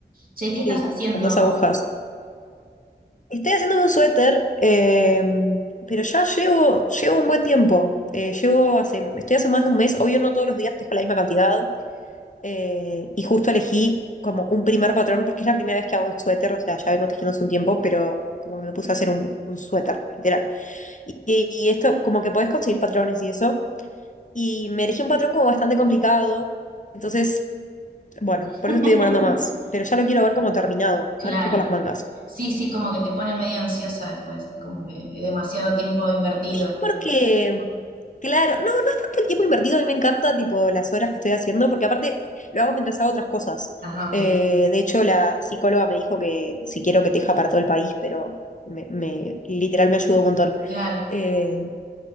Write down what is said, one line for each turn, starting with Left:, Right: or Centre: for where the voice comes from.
Right: Che,
Left: sí,
Right: ¿qué estás haciendo?
Left: con dos agujas. Estoy haciendo un suéter, eh, pero ya llevo, llevo un buen tiempo. Eh, llevo hace, estoy hace más de un mes, obvio no todos los días tejo la misma cantidad, eh, y justo elegí como un primer patrón, porque es la primera vez que hago un suéter, o sea, ya vengo tejiendo hace un tiempo, pero como que me puse a hacer un, un suéter, literal. Y, y- esto, como que podés conseguir patrones y eso, y me elegí un patrón como bastante complicado, entonces, bueno,
Right: <laughs>
Left: por eso estoy demorando más, pero ya lo quiero ver como terminado,
Right: Claro,
Left: ahora estoy por las mangas.
Right: sí, sí, como que te pone medio ansiosa después, como que demasiado tiempo invertido.
Left: Sí, porque, claro, no, no es tanto el tiempo invertido, a mí me encanta, tipo, las horas que estoy haciendo, porque aparte lo hago mientras hago otras cosas.
Right: Ajá, ok,
Left: Eh, de hecho, la psicóloga me dijo que si quiero que teja para todo el país, pero me, me- literal me ayudó un montón.
Right: claro,
Left: Eh,